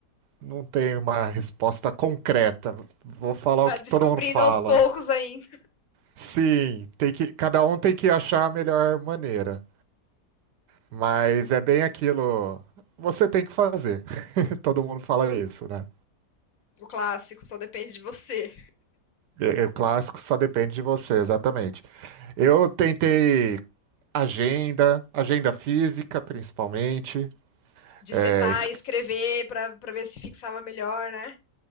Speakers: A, on the right; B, on the left.
A: não tem uma resposta concreta. Vou falar
B: Tá
A: o que
B: descobrindo
A: todo mundo fala.
B: aos poucos ainda.
A: Sim, tem que, cada um tem que achar a melhor maneira, mas é bem aquilo. Você tem que fazer. <laughs> Todo mundo fala isso, né?
B: O clássico só depende de você.
A: É, é, o clássico só depende de você, exatamente. Eu tentei agenda, agenda física principalmente.
B: De
A: É,
B: sentar
A: es-
B: e escrever pra, pra ver se fixava melhor, né?